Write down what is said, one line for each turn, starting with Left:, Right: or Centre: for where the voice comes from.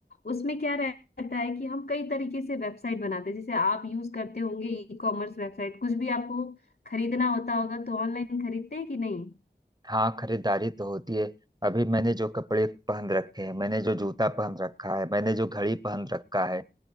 Left: उसमें क्या रहता है कि हम कई तरीके से वेबसाइट बनाते हैं जैसे आप यूज करते होंगे ई कॉमर्स वेबसाइट कुछ भी आपको खरीदना होता होगा तो ऑनलाइन खरीदते हैं कि नहीं
Right: हाँ खरीदारी तो होती है अभी मैंने जो कपड़े पहन रखे हैं मैंने जो जूता पहन रखा है मैंने जो घड़ी पहन रखा है